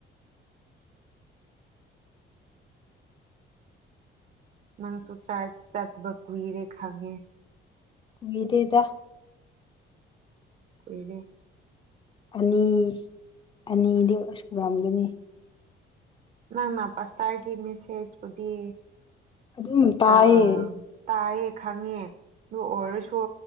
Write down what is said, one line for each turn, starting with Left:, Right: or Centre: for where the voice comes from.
Right: ꯅꯪꯁꯨ ꯆꯔꯆ ꯆꯠ ꯀꯋꯔꯦ ꯈꯥꯡꯉꯦ
Left: ꯀꯏꯗꯦꯗ
Right: ꯀꯣꯏꯅꯦ
Left: ꯑꯅꯤ ꯑꯅꯤꯗꯤ ꯁꯝꯒꯅꯤ
Right: ꯅꯪꯅ ꯄꯁꯇꯥꯔꯒꯤ ꯃꯦꯁꯦꯖꯕꯨꯨꯗꯤ
Left: ꯑꯗꯨꯝ ꯇꯥꯏꯌꯦ
Right: ꯑ ꯇꯌꯦ ꯈꯥꯉꯦ ꯑꯗꯨ ꯑꯣꯏꯔꯁꯨ